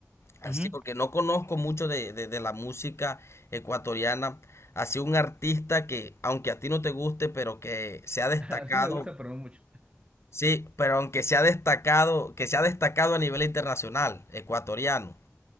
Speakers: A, on the left; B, on the right.
A: Así,
B: Ujú.
A: porque no conozco mucho de, de- de la música ecuatoriana. Así un artista que, aunque a ti no te guste, pero que se
B: <laughs>
A: ha destacado,
B: Así me gusta, pero no mucho.
A: sí, pero aunque se ha destacado, que se ha destacado a nivel internacional, ecuatoriano.